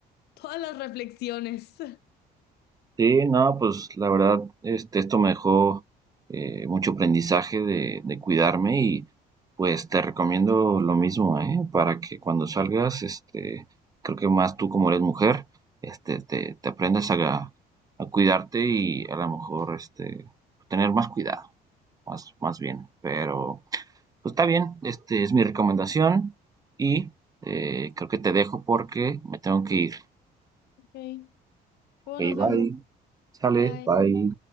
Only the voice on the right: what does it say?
Sí, no, pues la verdad, este, esto me dejó eh, mucho aprendizaje de, de cuidarme y pues te recomiendo lo mismo, ¿eh? Para que cuando salgas, este, creo que más tú como eres mujer, este, te, te aprendas a, a cuidarte y a lo mejor, este, tener más cuidado, más, más bien. Pero, pues está bien, este es mi recomendación y eh, creo que te dejo porque me tengo que ir.
Ok,
bye, sale,
bye.